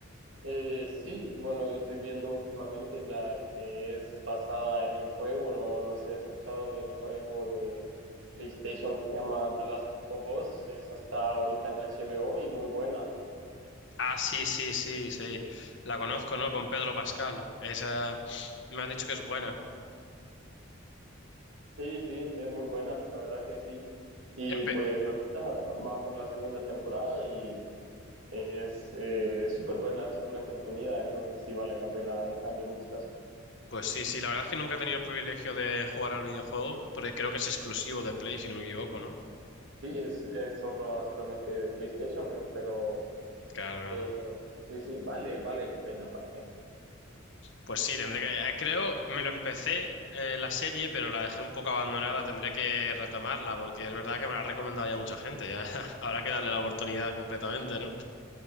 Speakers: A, on the right (about 75°); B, on the left (about 65°).
A: Eh, sí, bueno, yo estoy viendo últimamente la que es basada en el juego, no, no sé si has escuchado del juego de PlayStation que se llama The Last of Us, esa está ahorita en HBO y muy buena.
B: Ah, sí, sí, sí, sí. La conozco, ¿no? Con Pedro Pascal. Esa me han dicho que es buena.
A: Sí, sí, es muy buena, la verdad que sí. Y
B: Empe-
A: pues ahorita van por la segunda temporada y es eh, súper buena, súper entretenida, entonces sí vale la pena echarle un vistazo.
B: pues sí, sí, la verdad es que nunca he tenido el privilegio de jugar al videojuego, porque creo que es exclusivo de Play, si no me equivoco, ¿no?
A: Sí, es, es solo, solamente de PlayStation, pero
B: Claro, claro.
A: eh, sí, sí, vale, vale la pena para qué.
B: Pues sí, tendré que. eh, Creo, me lo empecé eh, la serie, pero la dejé un poco abandonada. Tendré que retomarla, porque es verdad que me la ha recomendado ya mucha gente. Ya <laughs> habrá que darle la oportunidad completamente, ¿no?